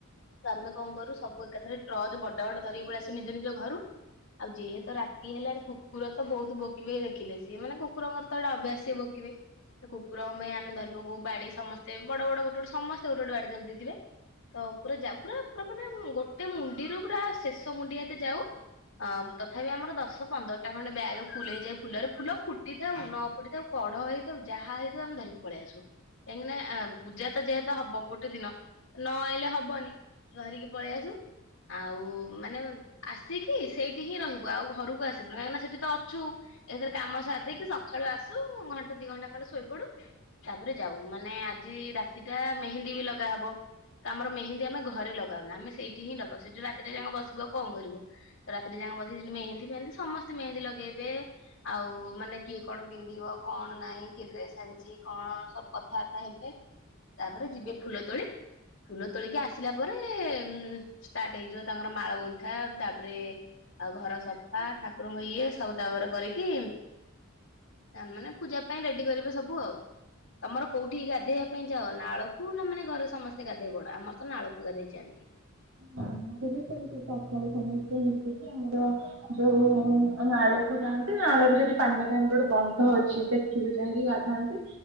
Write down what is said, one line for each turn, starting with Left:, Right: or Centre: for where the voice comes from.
Left: ତ ଆମେ କଣ କରୁ ସବୁ ଏକାଥରେ ଟ୍ରଚ ବଡ ବଡ ଧରିକି ପଳେଇ ଆସୁ ନିଜ ନିଜ ଘରୁ ଆଉ ଯେହେତୁ ରାତି ହେଲାଣି କୁକୁର ତ ବହୁତ ଭୋକିବେ ଦେଖିଲେ ସିଏ ମାନେ କୁକୁରଙ୍କର ତ ଗୋଟେ ଅଭ୍ୟାସ ସିଏ ଭୋକିବେ ସେ କୁକୁରଙ୍କ ପାଇଁ ଆମେ ଧରିବାକୁ ବାଡି ସମସ୍ତେ ବଡ ବଡ ଗୋଟେ ବଡେ ସମସ୍ତେ ଗୋଟେ ଗୋଟେ ବାଡି ଧରି ଦେଇଥିବେ ତ ପୁରା ଯାଉ ପୁରା ପୁରା ମାନେ ଗୋଟେ ମୁଣ୍ଡିରୁ ପୁରା ଶେଷ ମୁଣ୍ଡି ହାତେ ଯାଉ ଅ ତଥାପି ଆମର ଦଶ ପନ୍ଦରଟା ଖଣ୍ଡେ ବ୍ୟାଗ ଫୁଲ ହେଇଯାଏ ଫୁଲରେ ଫୁଲ ଫୁଟିଥାଉ ନ ଫୁଟି କଢ ହେଇଥାଉ ଯାହା ହେଇଥାଉ ଆମେ ଧରିକି ପଳେଇ ଆସୁ। କାହିଁକି ନା ଆ ପୂଜା ତ ଯେହେତୁ ହବ ଗୋଟେ ଦିନ ନ ଆଇଲେ ହବନି। ଧରିକି ପଳେଇ ଆସୁ ଆଉ ମାନେ ଆସିକି ସେଇଠି ହିଁ ରହିବୁ ଆଉ ଘରକୁ ଆସିବୁନି କାହିଁକିନା ସେଠି ତ ଅଛୁ। ଏଥିରେ କାମ ସାରି ଦେଇକି ସକାଳୁ ଆସୁ ଘଣ୍ଟେ ଦି ଘଣ୍ଟା ଖଣ୍ଡେ ଶୋଇପଡୁ ତାପରେ ଯାଉ ମାନେ ଆଜି ରାତି ଟା ମେହେନ୍ଦୀ ବି ଲଗା ହବ ତ ଆମର ମେହେନ୍ଦୀ ଆମେ ଘରେ ଲଗାଉନା ଆମେ ସେଇଠି ହିଁ ଲଗାଉ ସେ ଯଉ ରାତିଟା ଯାଙ୍କ ବସିବୁ ଆଉ କଣ କରିବୁ। ରାତିଟା ଯାଙ୍କ ବସିକି ସେଠି ମେନ୍ଦୀ ଫେହେନ୍ଦୀ ସମସ୍ତେ ମେହେନ୍ଦୀ ଲଗେଇବେ ଆଉ ମାନେ କିଏ କଣ ପିନ୍ଧିବ କଣ ନାଇଁ କିଏ ଡ୍ରେସ ହାଣିଚି କଣ ସବୁ କଥାବାର୍ତ୍ତା ହେବେ। ତାପରେ ଯିବେ ଫୁଲ ତୋଳି ଫୁଲ ତୋଳିକି ଆସିଲା ପରେ ଉ ଷ୍ଟାର୍ଟ ହେଇଯିବ ତାଙ୍କର ମାଳ ଗୁନ୍ଥା ତାପରେ ଆଉ ଘର ସଫା ଠାକୁରଙ୍କୁ ଇଏ ସବୁ ତା ଉପରେ କରିକି ମାନେ ପୂଜା ପାଇଁ ରେଡି କରିବେ ସବୁ ଆଉ ତମର କୋଉଠି ଗାଧୋଇବା ପାଇଁ ଯାଅ ନାଳକୁ ନା ମାନେ ଘରେ ସମସ୍ତେ ଗାଧୋଇବା ପଡ ଆମର ତ ନାଳକୁ ଗାଧେଇ ଚାାଆନ୍ତି ହ
Right: ଆମର ବି ସେମିତି ସକାଳୁ ସମସ୍ତେ ମିଶଛିି ଆମର ଯୋଉ ନାଳକୁ ଯାଆନ୍ତି ନାଳ ର ଯଦି ପାନ ଗୋଟେ ବନ୍ଦ ଅଛି ସେଠିକୁ ଯାଇକି ଗାଧାନ୍ତି